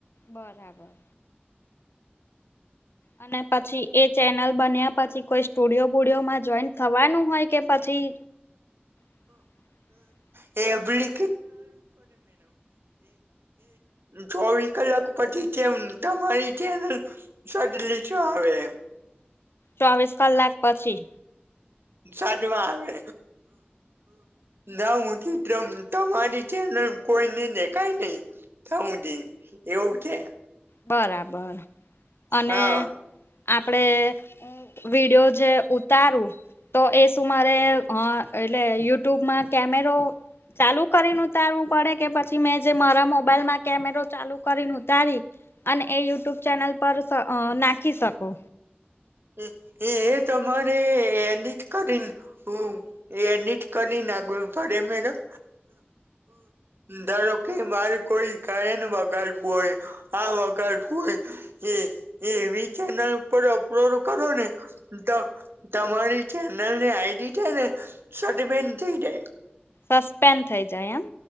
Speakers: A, on the left (about 75°); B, on the right (about 70°).
A: બરાબર. અને પછી એ ચેનલ બન્યા પછી કોઈ સ્ટુડિયો બુડિયોમાં જોઈન થવાનું હોય કે પછી <inaudible>
B: <unintelligible> ચોવીસ કલાક પછી તેમ તમારી ચેનલ <unintelligible> આવે
A: ચોવીસ કલાક પછી
B: સાજમાં આવે ના ઉધી તમ તમારી ચેનલ કોઈને દેખાય નઈ તા હુધી. એવું છે
A: બરાબર અને
B: હા
A: આપડે વિડિયો જે ઉતારું તો એ શું મારે હઅ એટલે યુટ્યુબમાં કેમેરો ચાલુ કરીન ઉતારવું પડે કે પછી મેં જે મારા મોબાઈલમાં કેમેરો ચાલુ કરીન ઉતારી અન એ યુટ્યુબ ચેનલ પર સ ના ખી શકો.
B: એ એ તમારે એડિટ કરી <unintelligible> એડિટ કરી નાખવા પરે મેડમ ધારો કે મારે કોઈ ગાયન વગાડવું હોય આ વગાડવું હોય એ એવી ચેનલ ઉપર અપલોડ કરો ને તો તમારી ચેનલ ની આઈડી છે ને સટફેન થઈ જાય
A: સસ્પેન્ડ થઈ જાય એમ.